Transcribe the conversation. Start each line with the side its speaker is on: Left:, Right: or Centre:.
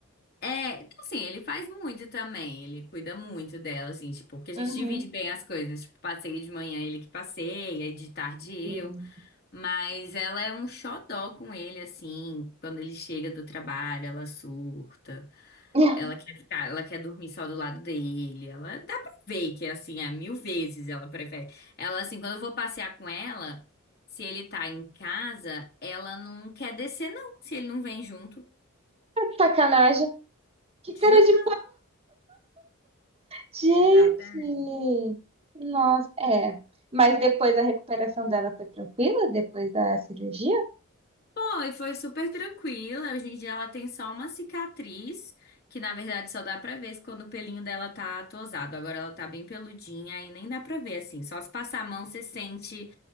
Left: É, assim, ele faz muito também, ele cuida muito dela, assim, tipo, porque a gente
Right: Uhum.
Left: divide bem as coisas, tipo, passeio de manhã ele que passeia, e de tarde eu.
Right: Hum.
Left: Mas ela é um xodó com ele, assim. Quando ele chega do trabalho, ela surta.
Right: <laughs>
Left: Ela quer ficar, ela quer dormir só do lado dele. Ela dá pra ver que, assim, é mil vezes ela prefere. Ela, assim, quando eu vou passear com ela, se ele tá em casa, ela não quer descer, não. Se ele não vem junto.
Right: Sacanagem. Que cara
Left: Juro
Right: de
Left: pra você.
Right: Gente!
Left: Exatamente.
Right: Nossa, é. Mas depois a recuperação dela foi tranquila? Depois da cirurgia?
Left: Foi, foi super tranquila. Hoje em dia ela tem só uma cicatriz, que na verdade só dá pra ver quando o pelinho dela tá tosado. Agora ela tá bem peludinha aí nem dá pra ver assim. Só se passar a mão você sente